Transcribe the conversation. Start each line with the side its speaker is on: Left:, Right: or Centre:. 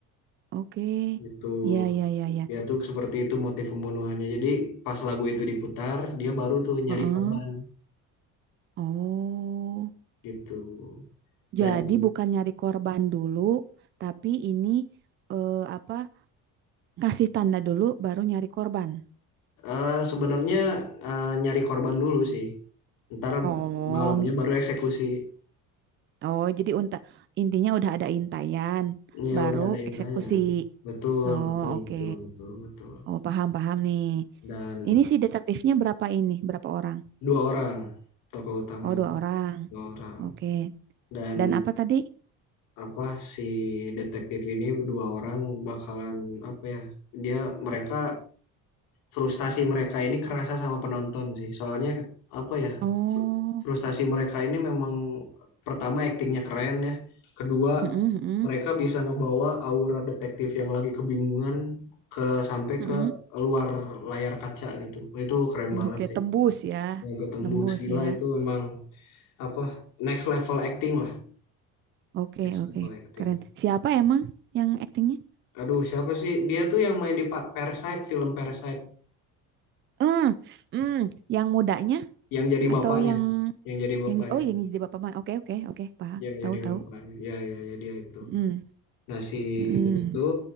Right: oke.
Left: gitu.
Right: Ya, ya, ya, ya.
Left: Dia tuh seperti itu motif pembunuhannya. Jadi pas lagu itu diputar, dia baru tuh nyari
Right: Heeh.
Left: korban
Right: Oh.
Left: gitu. Dan
Right: Jadi bukan nyari korban dulu, tapi ini eh, apa? Kasih tanda dulu, baru nyari korban.
Left: eh, sebenarnya eh, nyari korban dulu sih. Ntar
Right: Oh,
Left: malamnya
Right: ngi-
Left: baru eksekusi.
Right: oh jadi unta intinya udah ada intayan,
Left: Ya
Right: baru
Left: udah ada intinya.
Right: eksekusi.
Left: Betul,
Right: Oh,
Left: betul,
Right: oke.
Left: betul, betul, betul.
Right: Oh, paham paham nih.
Left: Dan
Right: Ini si detektifnya berapa ini? Berapa orang?
Left: dua orang tokoh utamanya
Right: Oh, dua orang.
Left: dua orang
Right: Oke.
Left: dan
Right: Dan apa tadi?
Left: apa si detektif ini dua orang bakalan apa ya dia mereka frustasi mereka ini kerasa sama penonton sih soalnya apa ya
Right: Oh,
Left: fr- frustasi mereka ini memang pertama aktingnya keren ya kedua
Right: mm-mm, mm-mm,
Left: mereka bisa ngebawa aura detektif yang lagi kebingungan ke sampai
Right: mm-mm.
Left: ke luar layar kaca gitu itu keren banget
Right: Oke,
Left: sih
Right: tembus ya.
Left: sampai tembus
Right: Nembus
Left: gila
Right: ya.
Left: itu memang apa next level acting lah
Right: Oke,
Left: next
Right: oke.
Left: level acting
Right: Keren. Siapa emang yang aktingnya?
Left: aduh siapa sih dia tuh yang main di Par- Parasite film Parasite
Right: Hmm, hmm, yang mudanya
Left: yang jadi
Right: atau
Left: bapaknya
Right: yang
Left: yang jadi bapaknya
Right: yang oh yang jadi bapak mah. Oke, oke, oke. Paham.
Left: yang
Right: Tahu,
Left: jadi
Right: tahu.
Left: bapaknya ya ya ya dia itu
Right: Mhm,
Left: nah si
Right: mhm.
Left: ini tuh